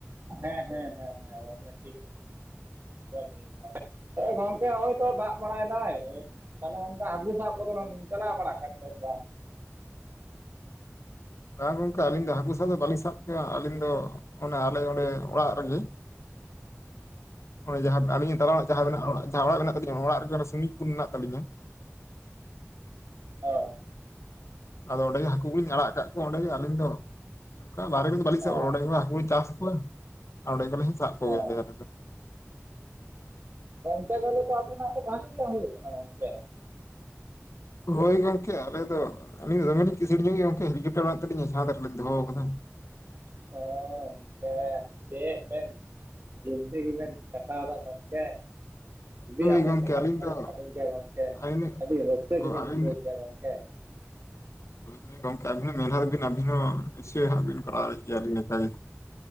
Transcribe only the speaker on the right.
ᱦᱮᱸ ᱦᱮᱸ ᱦᱮᱸ ᱦᱮᱸᱜᱚᱝᱠᱮ ᱴᱷᱤᱠ <unintelligible> ᱦᱮᱸ ᱜᱚᱢᱠᱮ ᱱᱚᱜᱼᱚᱭ ᱛᱚ ᱫᱟᱜ ᱵᱟᱲᱟᱭᱮᱫᱟᱭ ᱛᱟᱦᱚᱞᱮ ᱜᱚᱝᱠᱮ ᱦᱟᱹᱠᱩ ᱥᱟᱵ ᱠᱚᱫᱚᱵᱮᱱ ᱪᱟᱞᱟᱣ ᱵᱟᱲᱟᱜ ᱠᱟᱱ ᱜᱮᱭᱟ ᱥᱮ ᱵᱟᱝ ᱾
<inaudible>
ᱚᱻ
ᱚ
ᱚ
ᱜᱚᱢᱠᱮ ᱛᱟᱦᱚᱞᱮ ᱛᱚ ᱟᱯᱮᱱᱟᱜ ᱫᱚ ᱵᱷᱟᱹᱜᱤ ᱜᱮ ᱦᱩᱭᱩᱜ ᱠᱟᱱᱟ ᱜᱚᱝᱠᱮ ᱾
ᱚᱻ <unintelligible> ᱦᱮᱸ ᱪᱮᱫ ᱵᱮᱱ ᱡᱤᱱᱫᱮᱜᱤ ᱵᱮᱱ ᱠᱟᱴᱟᱣ ᱮᱫᱟ ᱜᱚᱢᱠᱮ ᱾ ᱡᱩᱫᱤ
ᱟᱵᱮᱱ
ᱞᱮᱠᱟ
ᱛᱟᱦᱮᱸ
ᱠᱚᱜ ᱥᱟᱱᱟᱹᱧ ᱠᱮᱭᱟ ᱜᱚᱢᱠᱮ
ᱟᱹᱰᱤ ᱨᱟᱹᱥᱠᱟᱹ
ᱜᱮᱞᱤᱧ
ᱵᱩᱡᱷᱟᱹᱣ ᱠᱮᱭᱟ ᱜᱚᱢᱠᱮ ᱾